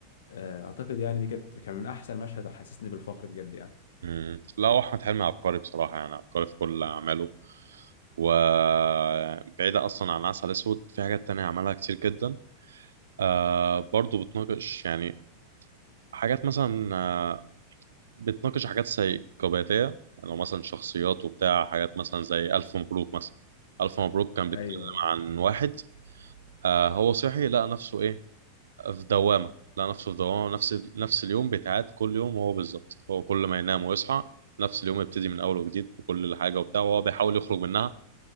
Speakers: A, on the left; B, on the right.
A: آه، اعتقد يعني دي كانت كان من احسن مشهد حسسني بالفخر بجد يعني
B: مم. لا هو أحمد حلمي عبقري بصراحة يعني عبقري في كل أعماله وبعيدة أصلا عن العسل الأسود في حاجات تانية عملها كتير جدا آه برضو بتناقش يعني حاجات مثلا آه بتناقش حاجات سيكوباتية يعني لو مثلا شخصيات وبتاع حاجات مثلا زي ألف مبروك مثلا ألف مبروك كان بيتكلم
A: ايوه
B: عن واحد آه هو صحي لقى نفسه إيه في دوامة لقى نفسه في دوامة نفس نفس اليوم بيتعاد كل يوم هو بالظبط هو كل ما ينام ويصحى نفس اليوم يبتدي من أول وجديد بكل حاجة وبتاع وهو بيحاول يخرج منها